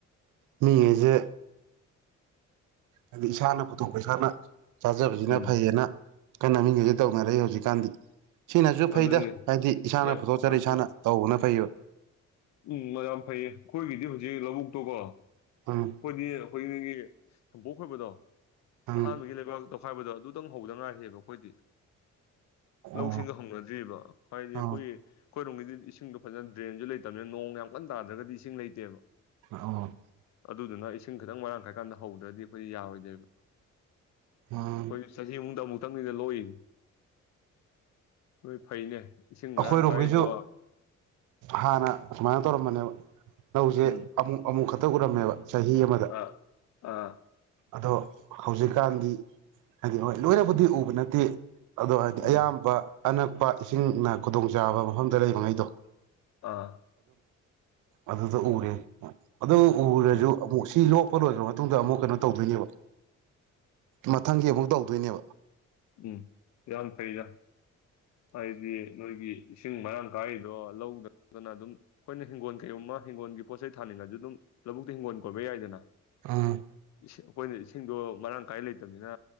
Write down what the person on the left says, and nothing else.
ꯎꯝ
ꯑꯗꯨꯅꯤ
ꯌꯥꯝ
ꯐꯩꯗ
ꯎꯝ <inaudible> ꯌꯥꯝ ꯐꯩꯌꯦ ꯑꯩꯈꯣꯏꯒꯤꯗꯤ ꯍꯧꯖꯤꯛ ꯂꯧꯕꯨꯛꯇꯣꯀꯣ
ꯈꯣꯏꯗꯤ ꯈꯣꯏꯅꯤꯒꯤ ꯁꯝꯄꯣꯛ ꯈꯣꯏꯕꯗꯣ
ꯑꯍꯥꯟꯕꯒꯤ ꯂꯩꯕꯥꯛ ꯇꯧ ꯍꯥꯏꯕꯗꯣ ꯑꯗꯨ ꯇꯨꯝ ꯍꯧꯕꯗꯥ ꯉꯥꯏꯔꯤꯕ ꯑꯩꯈꯣꯏꯗꯤ
ꯂꯧꯁꯤꯡꯒ ꯍꯧꯅꯗ꯭ꯔꯤꯕ ꯍꯥꯏꯗꯤ
ꯑꯩꯈꯣꯏꯒꯤ ꯑꯩꯈꯣꯏꯔꯣꯝꯒꯤꯗꯤ ꯏꯁꯤꯡꯗꯣ ꯐꯖꯅ ꯗ꯭ꯔꯦꯟꯁꯨ ꯂꯩꯇꯕꯅꯤꯅ ꯅꯣꯡ ꯌꯥꯝ ꯀꯟꯅ ꯇꯥꯗ꯭ꯔꯥꯒꯗꯤ ꯏꯁꯤꯡ ꯂꯩꯇꯦꯕ
ꯑꯗꯨꯗꯨꯅ ꯏꯁꯤꯡ ꯈꯤꯇꯪ ꯃꯔꯥꯡ ꯀꯥꯏꯔ ꯀꯥꯟꯗ ꯍꯧꯗ꯭ꯔꯥꯗꯤ ꯑꯩꯈꯣꯏꯗꯤ ꯌꯥꯔꯣꯏꯗꯣꯏꯕ
ꯑꯩꯈꯣꯏ ꯆꯍꯤ ꯑꯍꯨꯝꯗ ꯑꯃꯨꯛ ꯑꯃꯨꯛꯇꯪꯅꯤꯗ ꯂꯣꯛꯏꯖꯦ ꯅꯣꯏ ꯐꯩꯅꯦ ꯏꯁꯤꯡ
ꯃꯔꯥꯡ ꯀꯥꯏꯗꯣ
ꯎꯝ
ꯑꯥ ꯑꯥ
ꯎꯝ
ꯑꯥ
ꯎꯝ
ꯎꯝ ꯌꯥꯣꯟ ꯐꯩꯗ ꯐꯗꯤꯦ ꯅꯣꯏꯒꯒꯤ ꯏꯁꯤꯡ ꯃꯔꯥꯡ ꯀꯥꯏꯔꯤꯗꯣ ꯂꯧꯗꯗꯅ ꯑꯗꯨꯝ ꯑꯩꯈꯣꯏꯅ ꯍꯤꯡꯒꯣꯜ ꯀꯩꯒꯨꯝꯝꯃ ꯍꯤꯡꯒꯣꯜꯒꯤ ꯄꯣꯠ ꯆꯩ ꯊꯥꯅꯤꯡꯉꯁꯨ ꯑꯗꯨꯝ ꯂꯧꯕꯨꯛꯇ ꯍꯤꯡꯒꯣꯜ ꯀꯣꯏꯕ ꯌꯥꯏꯗꯅ
ꯏꯁꯤꯡ- ꯑꯩꯈꯣꯏꯅ ꯏꯁꯤꯡꯗꯣ ꯃꯔꯥꯡ ꯀꯥꯏ ꯂꯩꯇꯕꯅꯤꯅ